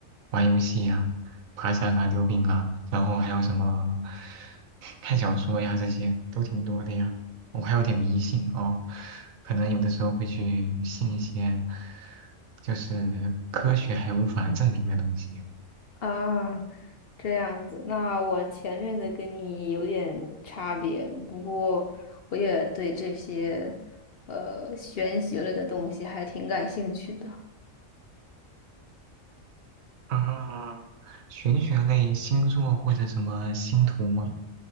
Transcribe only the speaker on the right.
玩游戏呀，爬山啊，溜冰啊，然后还有什么看小说呀，这些都挺多的呀。我还有点迷信哦，可能有的时候会去信一些就是科学还无法证明的东西
啊，玄学类星座或者什么星图吗？